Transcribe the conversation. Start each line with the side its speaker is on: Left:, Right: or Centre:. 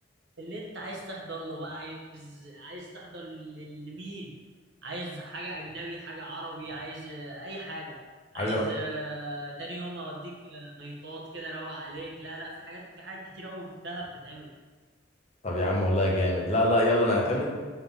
Right: اللي انت عايز تحضر له بقى عايز عايز تحضر ل- لمين عايز حاجة أجنبي حاجة عربي عايز آه، أي حاجة عايز
Left: عايز اروح
Right: آه، تاني يوم أوديك آه، نيطات كده روق عليك لا لا في حاجات في حاجات كتير أوي في دهب بتتعمل
Left: طب يا عم والله جامد لا لا يلا نعتمد